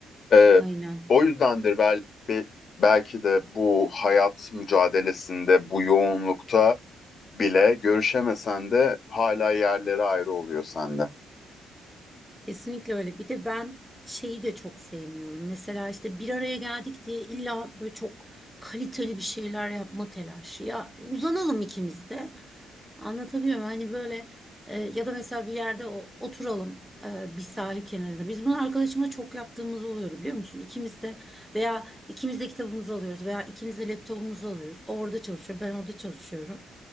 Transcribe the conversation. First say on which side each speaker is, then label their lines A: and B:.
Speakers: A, on the left; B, in the centre.
A: Ee,
B: aynen.
A: o yüzdendir bel, be- belki de bu hayat mücadelesinde, bu yoğunlukta bile görüşemesen de hala yerleri ayrı oluyor sende.
B: Kesinlikle öyle. Bir de ben şeyi de çok sevmiyorum. Mesela işte bir araya geldik diye illa böyle çok kaliteli bir şeyler yapma telaşı. Ya uzanalım ikimiz de. Anlatabiliyor muyum? Hani böyle e, ya da mesela bir yerde o- oturalım e, bir sahil kenarında. Biz bunu arkadaşımla çok yaptığımız oluyordu biliyor musun? İkimiz de veya ikimiz de kitabımızı alıyoruz veya ikimiz de laptopumuzu alıyoruz. O orada çalışıyor, ben orada çalışıyorum.